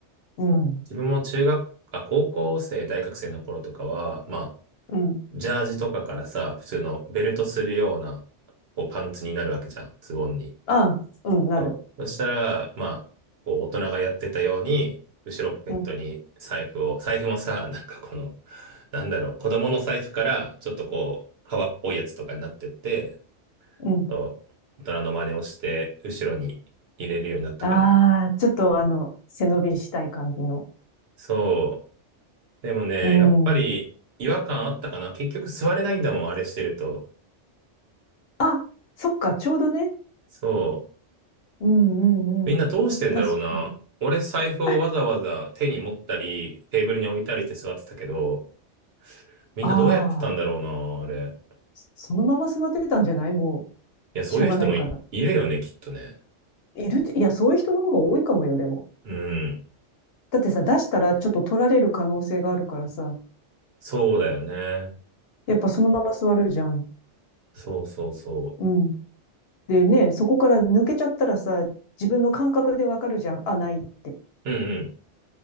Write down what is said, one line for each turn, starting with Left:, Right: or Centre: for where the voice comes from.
Left: うん。
Right: 自分も中学、あ、高校生、大学生の頃とかは、まあ、
Left: うん。
Right: ジャージとかからさ、普通のベルトするような、こう、パンツになるわけじゃん、ズボンに。
Left: あ、うん、なる。
Right: そう。そしたら、まあ、こう、大人がやってたように、後ろポケットに財布を、
Left: うん。
Right: 財布もさ、なんかこの、なんだろう、子供の財布から、ちょっとこう、革っぽいやつとかになってって、
Left: うん。
Right: そう、大人の真似をして、後ろに入れるようになったかな。
Left: ああ、ちょっとあの、背伸びしたい感じの。
Right: そう。でもね、
Left: うん。
Right: やっぱり、違和感あったかな。結局座れないんだもん、あれしてると。
Left: あ、そっか、ちょうどね。
Right: そう。
Left: うん
Right: みんなどうしてんだろうな。
Left: うんうん。確かに。
Right: 俺財布をわざわざ手に持ったり、
Left: <laughs>
Right: テーブルに置いたりして座ってたけど、みんなどうやってたんだろうな、
Left: ああ。
Right: あれ。
Left: そのまま座ってたんじゃないも
Right: いや、そういう人もい、
Left: う、しょうがないから。
Right: いるよね、きっとね。
Left: いる、いや、そういう人の方が多いかもよ、でも。
Right: うん。
Left: だってさ、出したらちょっと取られる可能性があるからさ、
Right: そうだよね。
Left: やっぱそのまま座るじゃん。
Right: そうそうそ
Left: うん。でね、そこから抜けちゃったらさ、自分の感覚でわかるじゃん。あ、ないって。
Right: う。うんうん。